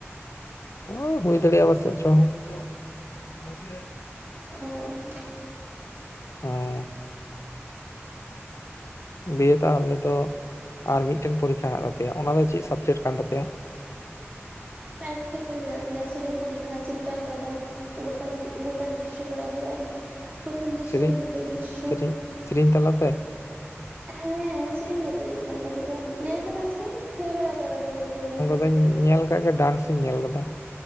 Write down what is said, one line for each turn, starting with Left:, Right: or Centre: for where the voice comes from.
Left: ᱚ ᱦᱩᱭ ᱫᱟᱲᱮᱭᱟᱜᱼᱟ ᱯᱟᱥᱮᱫ ᱪᱚᱝ ᱾ <unintelligible>
Right: ᱩᱸ ᱾
Left: ᱦᱟᱸ ᱾ ᱵᱤ ᱮ ᱛᱟᱦᱚᱞᱮ ᱛᱚ, ᱟᱨ ᱢᱤᱫᱴᱮᱱ ᱯᱚᱨᱤᱠᱷᱟ ᱦᱮᱱᱟᱜ ᱛᱟᱯᱮᱭᱟ ᱚᱱᱟ ᱫᱚ ᱪᱮᱫ ᱥᱟᱵᱡᱮᱠᱴ ᱠᱟᱱ ᱛᱟᱯᱮᱭᱟ?
Right: ᱯᱨᱮᱠᱴᱤᱠᱮᱞ ᱢᱮᱱᱟᱜ ᱛᱟᱞᱮᱭᱟ ᱥᱮᱨᱮᱧ ᱯᱚᱨᱤᱠᱷᱟ ᱪᱤᱛᱨᱟᱠᱚ ᱫᱚ ᱾ ᱜᱚᱴᱟ ᱜᱚᱴᱟ ᱫᱤ ᱫᱨᱤᱥᱚ ᱠᱚᱨᱟ ᱦᱩᱭᱩᱜᱼᱟ ᱯᱨᱚᱛᱷᱚᱢ ᱫᱨᱥᱚ
Left: ᱥᱮᱨᱮᱧ
Right: ᱫᱤᱛᱤᱭᱚ ᱫᱨᱥᱚ
Left: ᱥᱮᱨᱮᱧ
Right: ᱾
Left: ᱥᱮᱨᱮᱧ ᱛᱟᱞᱟᱛᱮ?
Right: ᱦᱮᱸ ᱥᱮᱨᱮᱧ ᱜᱮᱛᱚ ᱪᱤᱛᱨᱟᱝᱠᱚᱫᱚ ᱫᱚ ᱧᱮᱞ ᱠᱟᱫᱟᱢ ᱥᱮ? ᱦᱩᱭ ᱵᱟᱲᱟ ᱠᱟᱱᱟ ᱚᱱᱰᱮ ᱵᱳᱞᱯᱩᱨ ᱨᱮ ᱾
Left: ᱟᱫᱚᱧ ᱧᱮᱞ ᱟᱠᱟᱫ ᱜᱮᱭᱟ ᱰᱟᱱᱥ ᱧᱮᱞ ᱟᱠᱟᱫᱟ ᱾